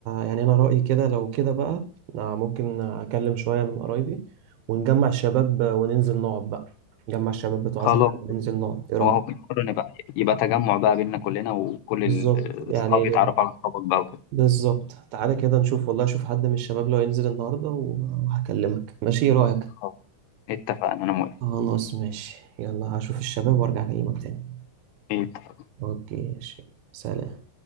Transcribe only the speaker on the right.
يعني انا رايي كده لو كده بقى آه، ممكن اكلم شويه من قرايبي ونجمع الشباب وننزل نقعد بقى نجمع الشباب بتوع
زمان وننزل نقعد ايه رايك
بالظبط
يعني
بالظبط تعالى كده نشوف والله اشوف حد من الشباب لو ينزل النهارده و- وهكلمك ماشي إيه رأيك
خلاص ماشي يلا هشوف الشباب وارجع اكلمك تاني
اوكي ماشي سلام